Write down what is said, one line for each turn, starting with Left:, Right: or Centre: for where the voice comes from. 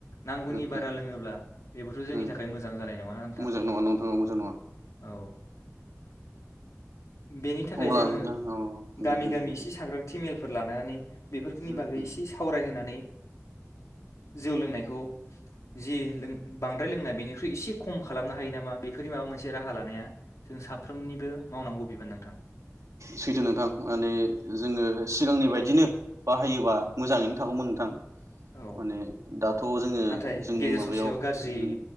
Left: नांगौनि
Right: उम उम
Left: बारा लोङोब्ला बेबोथ जोंनि
Right: उम
Left: थाखाय मोजां जानाय नङाना नोंथां।
Right: मोजां नङा नोंथां औ मोजां नङा
Left: औ बेनि थाखाय
Right: अब्ला
Left: जोङो
Right: नोंथां औ
Left: गामि
Right: दे होन
Left: गामि
Right: दे नोंथां
Left: एसे सांग्रांथि मेल फोर लानानै बेफोरनि
Right: उम
Left: बागै
Right: उम
Left: एसे सावरायहोनानै जौ लोंनायखौ जि बांद्राय लोंनाय बेनिख्रुइ एसे खम खालामनो हायो नामा बेफोरनि माबा मोनसे राहा लानाया जों साफ्रोमनिबो मावनांगौ बि गोन नोंथां
Right: सैथो नोंथां माने जोङो सिगांनि बायदिनो बाहायोबा मोजाङैनो थागौमोन नोंथां।
Left: औ
Right: माने दाथ' जोङो
Left: नाथाय
Right: जोंनि
Left: गेजेर
Right: माबायाव
Left: ससेयाव गारजि
Right: उम